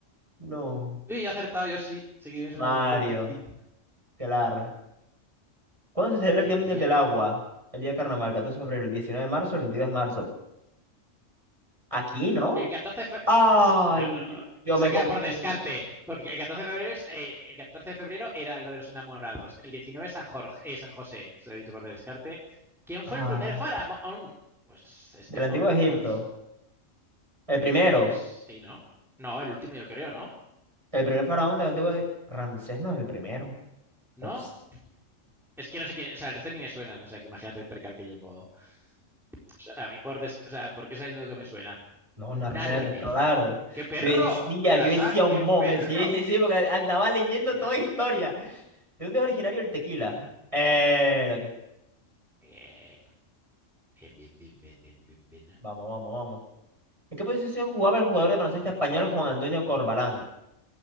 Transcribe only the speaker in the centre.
Uy, yo he acertado, yo sí. Sí que me
suena un poquitín.
El
día...
El 14 de fe-
yo no-
o
sea,
queda
por descarte, porque el 14 de febrero es, eh, el 14 de febrero era lo de los enamorados, el 19 San Jorge, eh, San José, os he dicho por descarte. ¿Quién
fue el primer faraón? Pues este,
¿no?
Bueno,
pues sí, ¿no? No, el último yo creo, ¿no?
No.
Es que no sé quién, o sea, el resto ni me suena, o sea, que imagínate el percal que llevo. O sea, a mí por des- o sea, porque es el único que me suena.
Narmer.
¡Qué perro!
¿Te
la sabes?
¡Qué
perro!
Ya.
Bien. Bien, bien, bien, bien, bien, bien, bien.